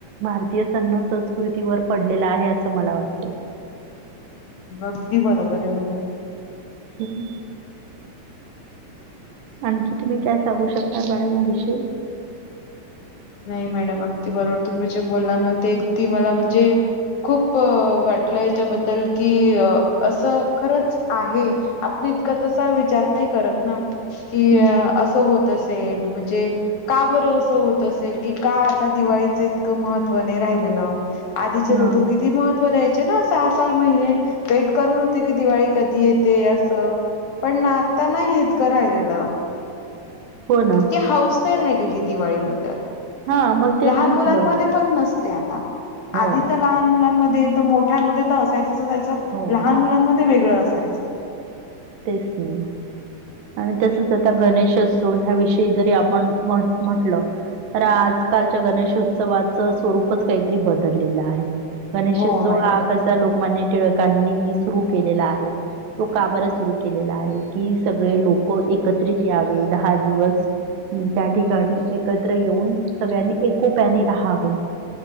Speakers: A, on the right (about 80°); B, on the left (about 70°).
A: भारतीय सन संस्कृतीवर पडलेला आहे असं मला वाटते <unintelligible>
B: अगदी बरोबर आहे मॅडम
A: कती आणखी तुम्ही काय सांगू शकणार मॅडम याविषयी
B: नाही मॅडम अगदी बरोबर तुम्ही जे बोलला ना ते अगदी मला म्हणजे खूप वाटलं याच्याबद्दल की असं खरंच आहे आपण इतका तसा विचार नाही करत कि
A: हम्म.
B: असं होत असेल म्हणजे का बरं असं होत असेल की का आता दिवाळीच इतकं महत्त्व नाही राहिलेलं आधीचे
A: हा
B: लोक किती महत्व द्यायचे ना सहा, सहा महिने वेट करत होते की दिवाळी कधी येते असं पण आता नाही इतका राहिलेलं
A: हो ना
B: इतकी हाऊस नाही राहिलेली दिवाळीबद्दल,
A: हा मग तेच
B: लहान
A: म्हटलं
B: मुलांमध्ये पण नसते आता
A: हो
B: आधी तर लहान मुलांमध्ये मोठ्यांमध्ये तर असायचच, असायचं
A: हो
B: लहान मुलांमध्ये वेगळं असायचं
A: तेच ना आणि तसच आता गणेशोत्सव ह्या विषयी जरी आपण मत म्हंटलं तर आजकालच्या गणेशोत्सवाचं स्वरूपच काहीतरी बदललेलं आहे गणेशोत्सव
B: हो मॅडम.
A: हा कसा लोकमान्य टिळकांनी सुरू केलेला आहे तो का बर सुरू केलेला आहे कि सगळे लोक एकत्रित यावे दहा दिवस- त्या ठिकाणी एकत्र येऊन सगळ्यांनी एकोप्याने राहावे.